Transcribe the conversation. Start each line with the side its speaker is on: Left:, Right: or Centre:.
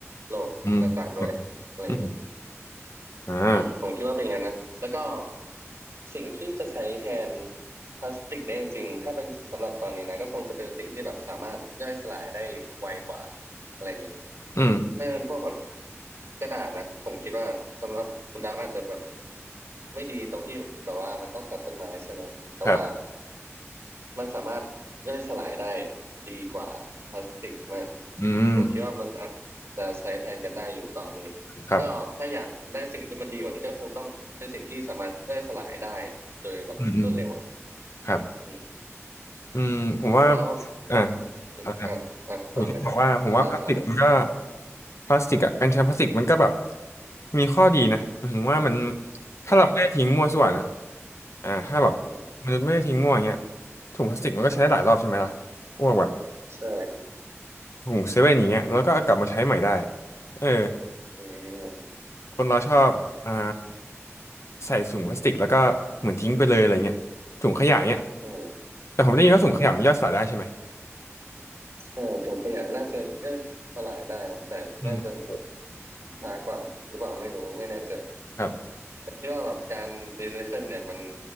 Right: โรคต่างๆด้วยอะไรอย่างเงี้ย
Left: อืมอืมอ่า
Right: อืมผมคิดว่าเป็นอย่างนั้นนะแล้วก็สิ่งที่จะใช้แทนพลาสติกได้จริงๆถ้าเป็นสำหรับตอนนี้นะก็คงจะเป็นสิ่งที่แบบสามารถย่อยสลายได้ไวกว่าอะไรเงี้ย
Left: อืม
Right: น่าจะเป็นพวกแบบกระดาษนะผมคิดว่าสำหรับคุณดาบอาจจะแบบไม่ดีตรงที่แบบว่ามันต้องตัดต้นไม้ใช่ไหมแต่ว่า
Left: ครับ
Right: มันสามารถย่อยสลายได้ดีกว่าพลาสติกมาก
Left: อืม
Right: ผมคิดว่ามันอาจจะใช้แทนกันได้อยู่ตอนนี้แล้วก็ถ้าอยากได้สิ่งที่มันดีกว่านี้ก็คงต้องเป็นสิ่งที่สามารถย่อยสลายได้โดยแบบรวดเร็วอ่ะ
Left: ครับอืมอืมครับ
Right: อืม
Left: อืมผมว่า
Right: แล้ว
Left: อ่า
Right: อมอ่ะอ่ะต่อเลยคุณดาวถามกัน
Left: อะไรนะผมแค่บอกว่าผมว่าพลาสติกมันก็พลาสติกอ่ะการใช้พลาสติกมันก็แบบมีข้อดีนะหมายถึงว่ามันถ้าเราไม่ได้ทิ้งมั่วส่วนนะ
Right: อืม
Left: อ่าถ้าแบบ
Right: อืม
Left: มันษย์ไม่ได้ทิ้งมั่วอย่างเงี้ยถุงพลาสติกมันก็ใช้ได้หลายรอบใช่ไหมล่ะพวกแบบ
Right: ใช่
Left: ถุงเซเว่นอย่างเงี้ยแล้วก็เอากลับมาใช้ใหม่ได้เออ
Right: อืม
Left: คนเราชอบอ่าใส่ถุงพลาสติกแล้วก็เหมือนทิ้งไปเลยอะไรเงี้ยถุงขยะเงี้ย
Right: อืม
Left: แต่ผมได้ยินว่าถุงขยะมันย่อยสลายได้ใช่ไหม
Right: ใช่ถุงขยะน่าจะได้สลายได้นะแต่น่าจะ
Left: อืม
Right: ช้ากว่าหรือเปล่าไม่รู้ไม่แน่ใจ
Left: ครับ
Right: แต่คิดว่าแบบการรีไซเคิลเนี่ยมัน